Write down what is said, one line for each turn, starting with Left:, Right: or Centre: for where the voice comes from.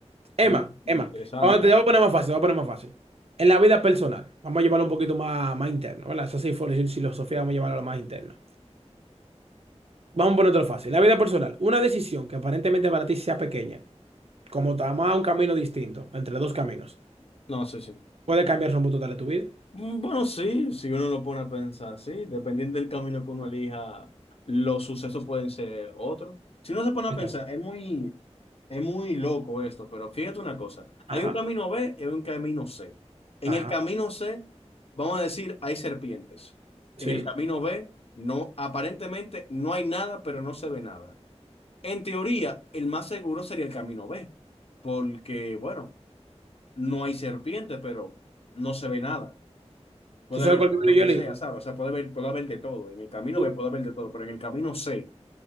Left: Mm,
Right: Emma,
Left: interesante.
Right: Emma, vamos, a- te voy a poner más fácil, te voy a poner más fácil. En la vida personal, vamos a llevarlo un poquito más, más interno, ¿verdad? Esa sí fue la filosofía, vamos a llevarlo a lo más interno. Vamos a poner otro fácil. En la vida personal, una decisión que aparentemente para ti sea pequeña, como tomar un camino distinto, entre dos caminos,
Left: No, sé sí
Right: puede cambiar el rumbo total de tu vida.
Left: Mm, Bueno, sí, si uno lo pone a pensar, sí, dependiendo del camino que uno elija, los sucesos pueden ser otros. Si uno se pone a
Right: Venga.
Left: pensar, es muy, es muy loco esto, pero fíjate una cosa,
Right: Ajá,
Left: hay un camino B y hay un camino C. En
Right: ajá,
Left: el camino C, vamos a decir, hay serpientes.
Right: sí.
Left: En el camino B, no, aparentemente no hay nada, pero no se ve nada. En teoría, el más seguro sería el camino B, porque, bueno, no hay serpiente, pero no se ve nada. Puede
Right: ¿Tú sabes
Left: haber
Right: cuál libro
Left: lo
Right: yo
Left: que
Right: elijo?
Left: sea, ¿sabes? O sea, puede haber, puede haber de todo. En el camino
Right: Tú-
Left: B puede haber de todo, pero en el camino C